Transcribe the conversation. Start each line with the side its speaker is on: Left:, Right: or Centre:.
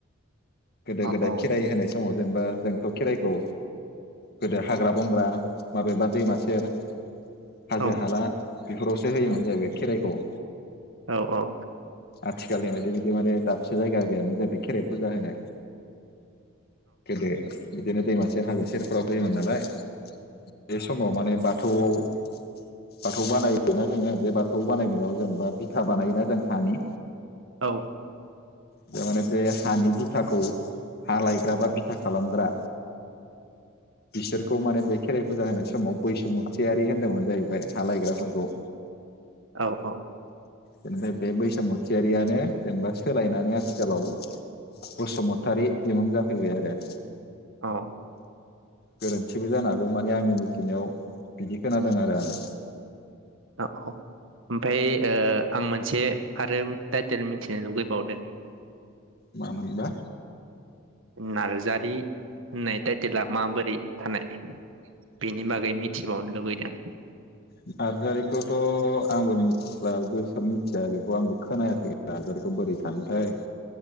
Left: गोदो
Right: अ
Left: गोदाय
Right: अ
Left: खेराइ होनाय दङ जेनेबा जोंथ खेराइखौ, गोदो हाग्रा बंग्रा माबेबा दैमा सेर हाजो
Right: औ
Left: हाला बेफोरावसो होयोमोन जाहैबाय खेराइखौ।
Right: औ औ।
Left: आथिखालनि बायदि बिदि माने दाबसे जायगा गैयामोन जाहैबाय खेराइ फुजा होनाय। गोेदो बिदिनो दैमासेर हाजो सेरफ्राव होयोमोन नालाय, बे समाव माने बाथौआव बाथौ बानायोना जोङो बे बाथौ बानायनायाव जेनेबा बिथा बानायोना जों हानि।
Right: औ।
Left: बे माने बे हानि बि थाखौ हा लायग्रा बा बिथा खालामग्रा, बिसोरखौ माने बे खेराइ फुजा होनाय समाव बैसुमुथियारि होन्दोंमोन जाहैबाय हा लायग्राफोरखौ।
Right: औ औ।
Left: जेनबा बे बैसामुथियारियानो जेनेबा सोलायनानै आथिखालाव। बसुमतारि बिमुं जाफैबाय आरो।
Right: औ।
Left: गोरोन्थिबो जानो हागौ, माने आंनि मिथिनायाव बिदि खोनादों आरो आङो।
Right: औ औ ओमफ्राय ओ आं मोनसे आरो टाइटेल मिथिनो लुगैबावदो।
Left: मामोनबा?
Right: नार्जारि होननाय टाइटेला माबोरै थानाय बेनि बागै मिथिबावनो लुबैदों।
Left: नार्जारिखौथ आंबो मिथिला गोसो मिथिया बेखौ आंबो खोनायाखै नार्जारिखौ बोरै थांनाय थाय।